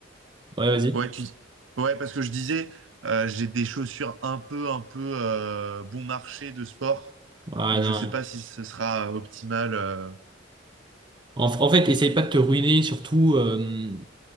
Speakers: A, on the right; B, on the right.
A: Ouais, vas-y.
B: ouais, tu dis- ouais, parce que je disais, euh, j'ai des chaussures un peu, un peu euh, bon marché de sport,
A: Ouais,
B: donc
A: non.
B: je sais pas si ce sera optimal. euh.
A: En, en fait, essaye pas de te ruiner, surtout, euh,